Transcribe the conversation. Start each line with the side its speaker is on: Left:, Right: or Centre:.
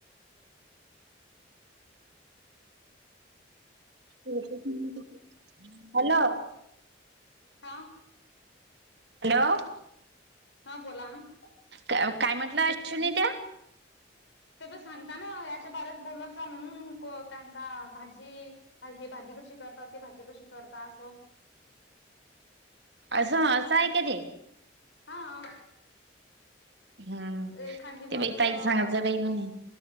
Right: <inaudible> हो तर हॅलो
Left: हा
Right: हॅलो
Left: हा बोला ना
Right: काय म्हटलं अश न त्या
Left: ते तर सांगता ना याच्या बारत बोलत रा म्हणून त्यांचा भाजी हे भाजी कशी करतात ते भाजी कशी करता असं
Right: असं असं आहे का ते
Left: हा
Right: हम्म
Left: एखांदी बतस
Right: ते बाई ताई सांगायचं बाई म्हणे